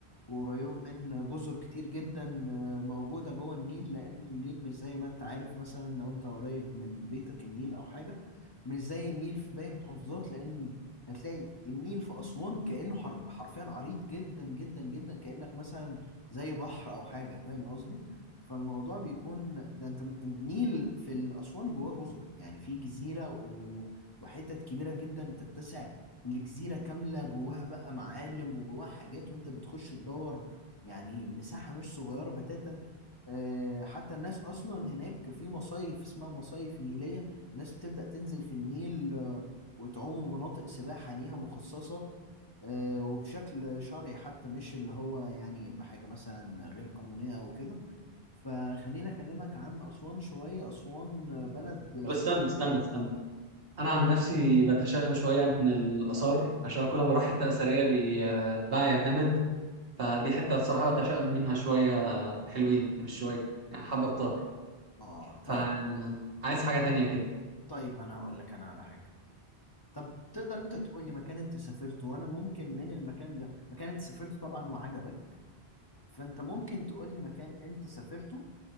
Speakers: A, on the left; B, on the right.
A: وقريبة من جزر كتير جدا آه، موجودة جوه النيل لأن النيل مش زي ما أنت عارف مثلا لو أنت قريب من بيتك النيل أو حاجة مش زي النيل في باقي المحافظات لأن هتلاقي النيل في أسوان كأنه حر- حرفيا عريض جدا جدا جدا كأنك مثلا زي بحر أو حاجة فاهم قصدي؟ فالموضوع بيكون ده انت النيل في الأسوان جواه جزر يعني في جزيرة و... وحتت كبيرة جدا تتسع لجزيرة كاملة جواها بقى معالم وجواها حاجات وانت بتخش تدور يعني مساحة مش صغيرة بتاتا آه، حتى الناس أصلا هناك في مصايف اسمها مصايف نيلية الناس بتبدأ تنزل في النيل آه، وتعوم مناطق سباحة ليها مخصصة آه، وبشكل شرعي حتى مش اللي هو يعني بحاجة مثلا غير قانونية أو كده فخليني اكلمك عن اسوان شويه اسوان بلد زي
B: طب استنى استنى استنى أنا عن نفسي بتشائم شوية من الآثار عشان أكون لو رايح حتة أثرية بي- آه، بعيا جامد فدي حتة بصراحة بتشائم منها شوية حلوين مش شوية يعني حبة كتار
A: اه طيب
B: فعايز حاجة تانية كده
A: طيب انا هقول لك انا على حاجه طب تقدر انت تقول لي مكان انت سافرته وانا ممكن من المكان ده مكان انت سافرته طبعا وعجبك فانت ممكن تقول لي مكان انت سافرته